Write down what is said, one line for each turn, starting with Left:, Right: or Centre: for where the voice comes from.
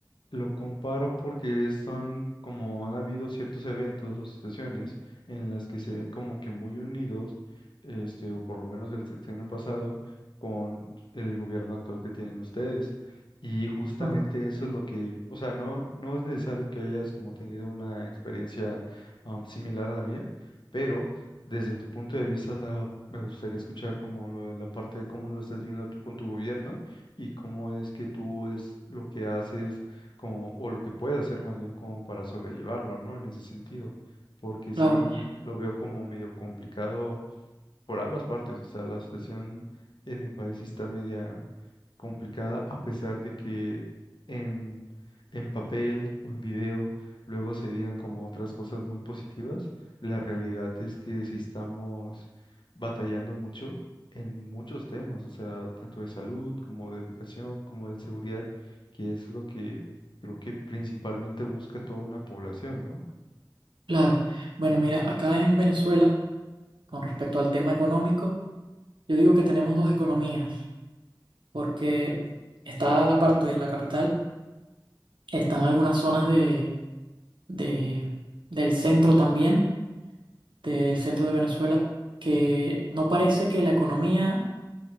Left: Lo comparo porque están como han habido ciertos eventos o situaciones en las que se ven como que muy unidos, este, o por lo menos del sexenio pasado, con el gobierno actual que tienen ustedes. Y justamente
Right: Claro.
Left: eso es lo que, o sea, no, no es necesario que hayas como tenido una experiencia um, similar a la mía, pero desde tu punto de vista, o sea, me gustaría escuchar como lo de la parte de cómo lo estás viendo tú con tu gobierno y cómo es que tú es lo que haces como, o lo que puede hacer más bien como para sobrellevarlo, ¿no? En ese sentido, porque sí
Right: Claro,
Left: lo veo como medio complicado por ambas partes, o sea, la situación en mi país sí está media complicada a pesar de que en, en papel o en video luego se digan como otras cosas muy positivas, la realidad es que sí estamos batallando mucho en muchos temas, o sea, tanto de salud como de educación, como de seguridad, que es lo que creo que principalmente busca toda una población, ¿no?
Right: claro. Bueno, mira, acá en Venezuela, con respecto al tema económico, yo digo que tenemos dos economías, porque está la parte de la capital, están algunas zonas de, de- del centro también, del centro de Venezuela, que no parece que la economía